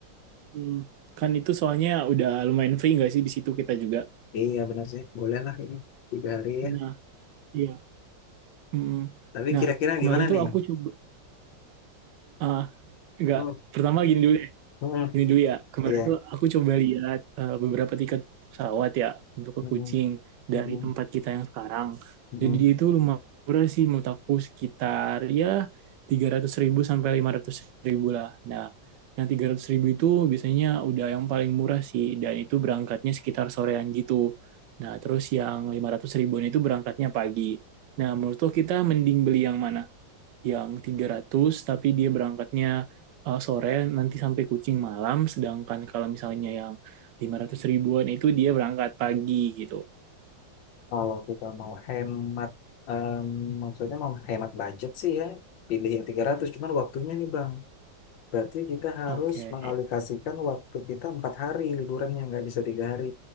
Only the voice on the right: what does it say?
Hmm. Kan itu soalnya udah lumayan free nggak sih di situ kita juga?
Nah, iya. Mm-mm.
Nah,
kemarin
tuh
aku coba, ah, nggak,
pertama gini dulu ya.
Ini dulu ya, kemarin
tuh aku coba lihat eh, beberapa tiket pesawat ya untuk
ke Kucing
dari
tempat kita yang sekarang.
Jadi dia itu lumayan murah sih menurut aku sekitar ya tiga ratus ribu sampai 500 ribu lah. Nah, yang 300 ribu itu biasanya udah yang paling murah sih dan itu berangkatnya sekitar sorean gitu. Nah, terus yang 500 ribuan itu berangkatnya pagi. Nah, menurut lo kita mending beli yang mana? yang 300 tapi dia berangkatnya uh, sore nanti sampai Kucing malam sedangkan kalau misalnya yang 500 ribuan itu dia berangkat pagi gitu.
Oke.